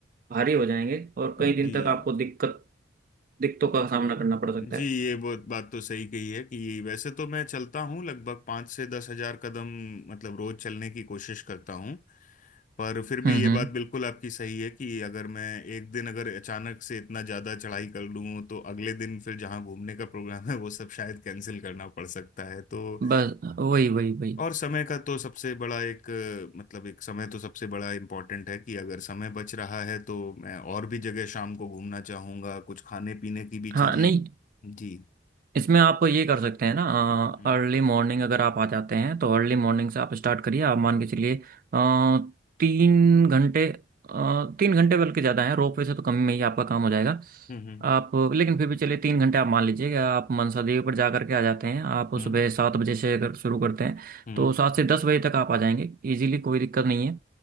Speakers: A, on the right; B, on the left.
A: भारी हो जाएंगे और
B: जी
A: कई दिन तक आपको दिक्कत दिक्कतों का सामना करना पड़ सकता
B: जी
A: है
B: ये बहुत बात तो सही कही है कि वैसे तो मैं चलता हूँ लगभग पाँच से दस हजार कदम मतलब रोज चलने की कोशिश करता हूँ पर फिर भी
A: हम्म
B: ये
A: हम्म
B: बात बिल्कुल आपकी सही है कि अगर मैं एक दिन अगर अचानक से इतना ज्यादा चढ़ाई कर लूँ तो अगले दिन फिर जहाँ घूमने का प्रोग्राम है वो सब शायद कैंसिल करना पड़ सकता है तो
A: बस वही वही वही
B: और समय का तो सबसे बड़ा एक अ, मतलब एक समय तो सबसे बड़ा इम्पोर्टेंट है कि अगर समय बच रहा है तो मैं और भी जगह शाम को घूमना चाहूंगा कुछ खाने पीने की भी
A: हाँ
B: चीजें
A: नहीं
B: जी
A: इसमें आप ये कर सकते हैं ना
B: हम्म
A: अर्ली मॉर्निंग अगर आप आ जाते हैं तो अर्ली मॉर्निंग से आप स्टार्ट करिए आप मान के चलिए अ, तीन घंटे अ, तीन घंटे बल्कि ज़्यादा है रोपवे से तो कम में ही आपका काम हो जाएगा
B: हम्म हम्म
A: आप लेकिन फिर भी चलिए तीन घंटे आप मान लीजिए कि आप मनसा देवी पर जा करके आ जाते हैं आप
B: हम्म
A: सुबह सात बजे से अगर शुरू करते हैं
B: हम्म,
A: तो सात से दस बजे तक आप आ जाएंगे इजीली कोई दिक्कत नहीं है